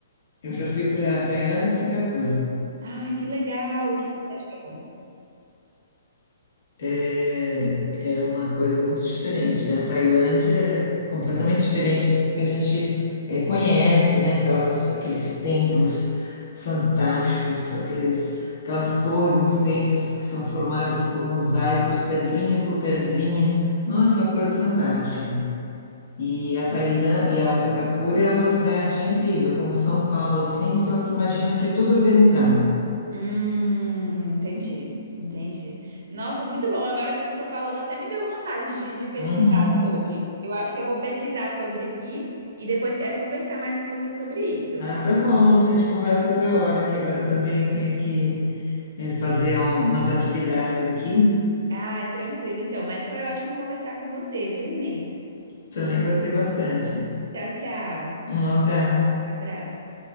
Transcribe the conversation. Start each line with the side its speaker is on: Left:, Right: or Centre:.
Left: Eu já fui para Tailândia e Singapura.
Right: Ah, que legal! O que que você achou?
Left: é, é uma coisa muito diferente, né? A Tailândia é completamente diferente do que a gente é, conhece, né? Aquelas, aqueles templos fantásticos, aqueles, aquelas torres nos templos que são formadas por mosaicos, pedrinha por pedrinha. Nossa, é uma coisa fantástica. E a Tailândia e a Singapura é uma cidade incrível, como São Paulo, assim, só que imagina que é tudo organizado.
Right: Hum, entendi, entendi. Nossa, muito bom. Agora que você falou, até me deu vontade de, de pesquisar
Left: Uhum.
Right: sobre. Eu acho que eu vou pesquisar sobre aqui e depois quero conversar mais com você sobre isso.
Left: Ah, tá bom, a gente conversa outra hora, que agora também eu tenho que é, fazer um- umas atividades aqui.
Right: Ah, tranquilo então. Mas foi ótimo conversar com você, viu, Inês?
Left: Também gostei bastante.
Right: Tchau, tchau.
Left: Um abraço.
Right: Abraço.